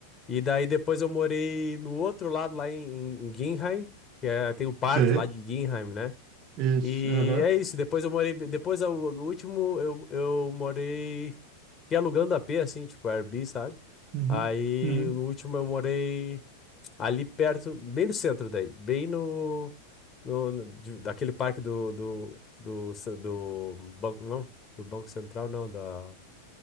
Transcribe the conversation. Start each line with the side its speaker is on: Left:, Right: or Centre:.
Left: E daí depois eu morei no outro lado, lá em, em Ginheim, que é, tem o parque
Right: Sei.
Left: lá de Ginheim, né?
Right: Isso.
Left: E
Right: aham,
Left: é isso. Depois eu morei. Depois, o último, eu, eu morei. Fiquei alugando a AP, assim, tipo, Airbnb, sabe?
Right: Uhum.
Left: Aí,
Right: Uhum.
Left: no último, eu morei ali perto, bem no centro daí. Bem no. no, no- de- daquele parque do. Do. Do. ce- do banco, não? Do Banco Central, não. Da,